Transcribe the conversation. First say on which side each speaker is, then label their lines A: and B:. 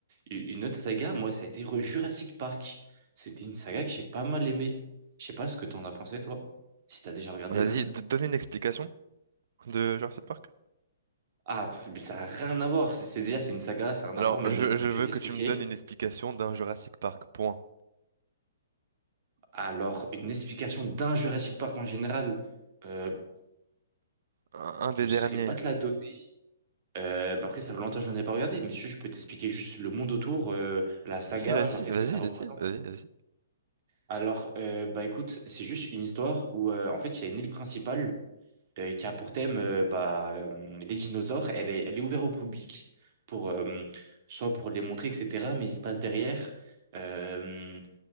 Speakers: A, on the right; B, on the right.
A: une autre saga. Moi, ça a été Re- Jurassic Park. C'était une saga que j'ai pas mal aimée. Je sais pas ce que t'en as pensé, toi. Si t'as déjà regardé,
B: Vas-y,
A: même.
B: d- donne une explication de Jurassic Park.
A: Ah, mais ça n'a rien à voir. C'est c'est- déjà, c'est une saga, ça n'a rien
B: Alors,
A: à voir. Mais
B: je,
A: bon,
B: je veux
A: je vais te l'expliquer.
B: que tu me donnes une explication d'un Jurassic Park. Point.
A: Alors, une explication d'un Jurassic Park en général, euh,
B: Un, un des
A: je ne
B: derniers.
A: saurais pas te la donner. Euh, bah après, ça fait longtemps que je n'en ai pas regardé, mais je, je peux t'expliquer juste le monde autour, euh, la saga,
B: Vas-y, vas-y,
A: genre qu'est-ce
B: vas-y,
A: que ça représente.
B: vas-y, vas-y, vas-y.
A: Alors, euh, bah écoute, c'est juste une histoire où, euh, en fait, il y a une île principale euh, qui a pour thème euh, bah, euh, les dinosaures. Elle est, elle est ouverte au public, pour, euh, soit pour les montrer, etc. Mais il se passe derrière. euh,